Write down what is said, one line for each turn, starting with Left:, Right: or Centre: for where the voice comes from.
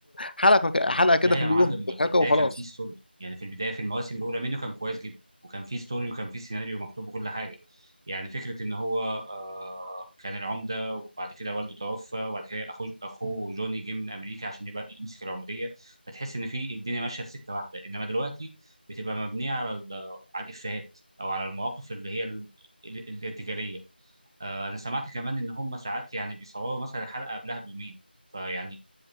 Left: حلقه حلقه كده
Right: لا
Left: في
Right: يا
Left: اليوم
Right: معلم
Left: مضحكه
Right: في البدايه
Left: وخلاص
Right: كان فيه ستوري يعني في البدايه في المواسم الاولى منه كان كويس جدا وكان فيه ستوري وكان فيه سيناريو مكتوب وكل حاجه يعني فكره ان هو آه كان العمده وبعد كده والده توفى وبعد كده اخوه اخوه جوني جه من امريكا عشان يبقى يمسك العموديه فتحس ان في الدنيا ماشيه في سكه واحده انما دلوقتي بتبقى مبنيه على ال- على الافيهات او على المواقف اللي هي ال- ال- الارتجاليه آه، انا سمعت كمان ان هم ساعات يعني بيصوروا مثلا الحلقه قبلها بيومين فيعني